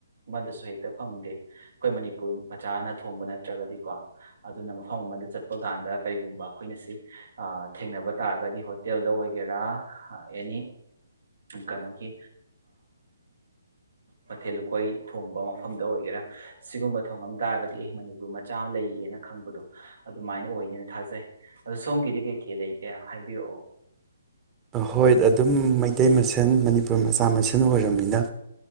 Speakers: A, on the right (about 75°); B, on the right (about 20°).
A: ꯑꯃꯗꯁꯨ ꯍꯦꯛꯇ ꯐꯪꯗꯦ ꯑꯩꯈꯣꯏ ꯃꯅꯤꯄꯨꯔ ꯃꯆꯥꯅ ꯊꯣꯡꯕ ꯅꯠꯇ꯭ꯔꯒꯗꯤꯀꯣ ꯑꯗꯨꯅ ꯃꯐꯝ ꯑꯃꯗ ꯆꯠꯄ ꯀꯥꯟꯗ ꯀꯔꯤꯒꯨꯝꯕ ꯑꯩꯈꯣꯏꯅ ꯁꯤ ꯊꯦꯡꯅꯕ ꯇꯥꯔꯒꯗꯤ ꯍꯣꯇꯦꯜꯗ ꯑꯣꯏꯒꯦꯔꯥ ꯑꯦꯅꯤ ꯀꯩꯅꯣꯒꯤ ꯃꯊꯦꯜ ꯂꯨꯀꯣꯏ ꯊꯣꯡꯕ ꯃꯐꯝꯗ ꯑꯣꯏꯒꯦꯔꯥ ꯁꯤꯒꯨꯝꯕ ꯊꯣꯡꯉꯝ ꯇꯥꯔꯒꯗꯤ ꯑꯦ ꯃꯅꯤꯄꯨꯔ ꯃꯆꯥ ꯑꯃ ꯂꯩꯌꯦꯅ ꯈꯪꯕꯗꯣ ꯑꯗꯨꯃꯥꯏꯅ ꯑꯣꯏꯅꯅꯦꯅ ꯊꯥꯖꯩ ꯑꯗꯣ ꯁꯣꯝꯒꯤꯗꯤ ꯀꯩ ꯀꯩ ꯂꯩꯒꯦ ꯍꯥꯏꯕꯤꯔꯛꯑꯣ
B: ꯍꯣꯏ ꯑꯗꯨꯝ ꯃꯩꯇꯩ ꯃꯁꯦꯟ ꯃꯅꯤꯄꯨꯔ ꯃꯆꯥ ꯃꯁꯦꯟ ꯑꯣꯏꯔꯕꯝꯅꯤꯅ